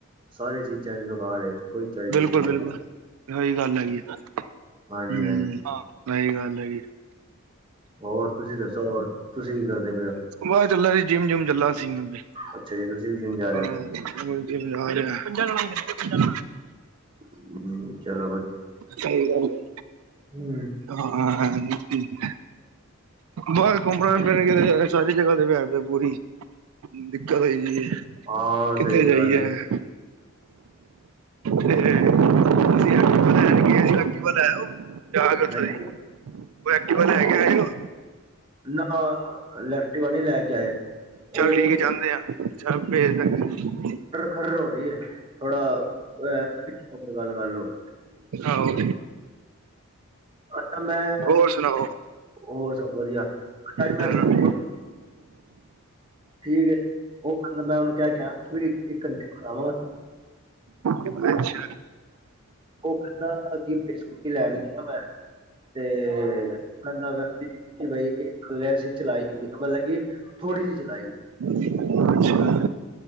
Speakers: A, on the right; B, on the right.
A: ਸਾਰੀ ਚੀਜ਼ਾਂ ਚ ਬੇਕਾਰ ਏ ਕੋਈ ਚੱਜ ਦੀ
B: ਬਿਲਕੁਲ-
A: ਨੀ ਹੈਗੀ।
B: ਬਿਲਕੁਲ। ਆਹੀ ਗੱਲ ਹੈਗੀ ਆ, ਹੁ
A: ਹਾਂਜੀ ਹਾਂਜੀ
B: ਆਹੀ ਗੱਲ ਹੈਗੀ ਆ।
A: ਹੋਰ ਤੁਸੀਂ ਦੱਸੋ ਹੋਰ ਤੁਸੀਂ ਕੀ ਕਰਦੇ ਪਏ ਹੋ
B: ਮੈ ਚੱਲਾ ਸੀ ਜਿੰਮ- ਜੁਮ ਚੱਲਾ ਸੀ ਮੈ ਤੇ।
A: ਅੱਛਾ ਜੀ ਤੁਸੀਂ ਵੀ ਜਿਮ ਜਾਨ
B: ਹਾਂ ਮੈ ਵੀ ਜਿਮ ਜਾ ਰੇਆ। ਹਾਂ
A: ਹੂੰ ਚਲੋ
B: ਸਈ ਗੱਲ ਏ।
A: ਹੂ
B: ਹਾਂ--ਬਸ ਠੀਕ ਏ। ਬੱਸ ਘੁੰਮਣ ਫਿਰਨ ਕਿਤੇ ਨਈ ਜਾਣਾ ਸਾਰੀ ਜਗਾ ਤੇ ਮੈ ਆਇਆ ਪੇਆ ਪੂਰੀ। ਦਿੱਕਤ ਹੈਗੀ ਏ,
A: ਹਾਂ
B: ਕਿੱਥੇ
A: ਸਹੀ
B: ਜਾਈਏ?
A: ਗੱਲ
B: ਹ
A: ਏ
B: ਤੇ ਅਸੀਂ ਜਾਨੇ ਕੀ ਐਕਟੀਵਾ ਲੈ ਆਓ, ਜਾ ਕੇ ਉੱਥੋਂ
A: ਹਾਂਜੀ
B: ਦੀ, ਪਰ ਐਕਟੀਵਾ ਲੈ ਕੇ ਆਏ ਓ।
A: ਨਾ ਲੈਕਟੀਵਾ ਨਈ ਲੈ ਕੇ ਆਏ। ਉਹ
B: ਚੱਲ ਠੀਕ ਆ ਜਾਂਨੇ ਆ ਚੱਲ ਭੇਜਦੇ ਫੇਰ
A: ਖਰਖਰ ਹੋ ਰਈ ਐ, ਥੋੜਾ ਐ ਪਿੱਛੇ ਹੋ ਕੇ ਗੱਲ ਕਰ ਲਓ।
B: ਆਹੋ
A: ਅੱਛਾ ਮੈਂ
B: ਹੋਰ ਸੁਣਾਓ
A: ਹੋਰ ਸਭ ਵਧੀਆ, ਅੱਜ
B: ਚਲੋ
A: ਮੈਂ ਸਕੂ ਠੀਕ ਐ, ਓ ਕੰਮ ਮੈਂ ਓਨੂੰ ਕੈ ਕੇ ਆਏਆ ਥੋੜੀ ਇੱਕ ਘੰਟਾ ਕਰਾਲੋ
B: ਠੀਕ ਏ ਅੱਛਾ
A: ਉਹ ਕਹਿੰਦਾ ਕਿ ਸਕੂਟੀ ਲੈਣ ਗਿਆ ਮੈਂ। ਤੇ ਉਹ ਬਈ <unintelligible> ਅਸੀਂ ਚਲਾਈ ਮਲਬ ਕਿ ਥੋੜੀ ਜੀ ਚਲਾਈ
B: ਅੱਛਾ